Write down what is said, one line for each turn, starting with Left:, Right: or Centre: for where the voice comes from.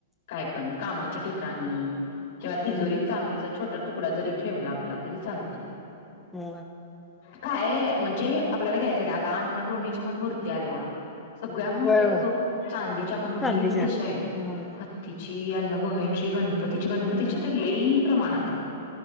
Left: काय पण कामाच्या ठिकाणी किंवा तिजोरी
Centre: हम्म
Left: चांदीच छोट तुकडा जरी ठेवला आपला तरी चालत
Centre: हो
Left: काय म्हणजे आपल्याला घ्यायचं का आता अन्नपूर्णेच्या मण मूर्ती आल्या सगळ्या मर्त्या
Centre: होय
Left: आहेत
Centre: होय
Left: बघ चांदीच्या पण घेईल
Centre: चांदीच्या
Left: तशा आहेत
Centre: हम्म
Left: हत्तीचे अन्नपूर्णेची गणपतीची गणपतीची
Centre: हम्म
Left: तर लई प्रमाणात आहे